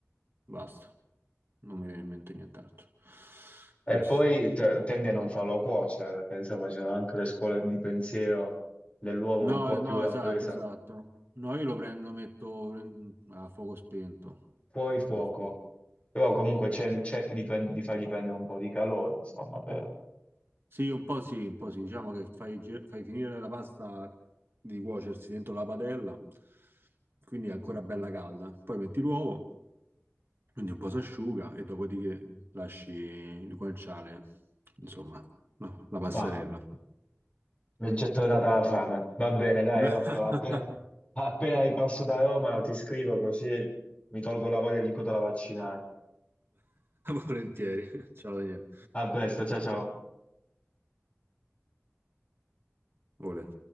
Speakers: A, on the right (about 50°); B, on the left (about 25°).
A: basta. Non mi viene in mente nient'altro. Questo.
B: E poi te- tendi a non farlo cuocere, perché insomma c'erano anche le scuole di pensiero dell'uovo
A: No,
B: un po'
A: eh,
B: più
A: no,
B: rappresa.
A: esatto, esatto. No, io lo prendo, lo metto in- a fuoco spento.
B: Fuori
A: A
B: fuoco,
A: fuoco spento.
B: però comunque cer- cerchi di, prend- di fargli prendere un po' di calore, insomma, per...
A: Sì, un po' sì, un po' sì. Diciamo che fai, gi- fai finire la pasta di cuocersi dentro la padella, quindi è ancora bella calda. Poi metti l'uovo, quindi un po' si asciuga e dopodiché lasci il guanciale, insomma, no, la passerella.
B: Bah, mi è già tornata la fame. Va bene, dai,
A: <laughs>
B: Rocco, appena, appena ripasso da Roma ti scrivo così mi tolgo la voglia di cotola vaccinare.
A: Volentieri. Ciao Daniele.
B: A presto, ciao ciao.
A: Ole.